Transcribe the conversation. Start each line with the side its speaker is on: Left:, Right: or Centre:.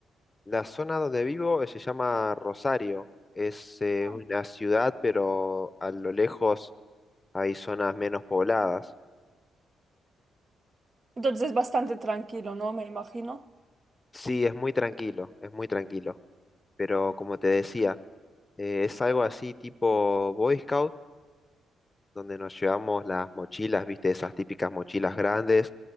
Left: La zona donde vivo eh, se llama Rosario. Es eh,
Right: Ah.
Left: una ciudad, pero a lo lejos hay zonas menos pobladas.
Right: Entonces es bastante tranquilo, ¿no? Me imagino.
Left: Sí, es muy tranquilo, es muy tranquilo. Pero como te decía, eh, es algo así tipo Boy Scout, donde nos llevamos las mochilas, viste, esas típicas mochilas grandes.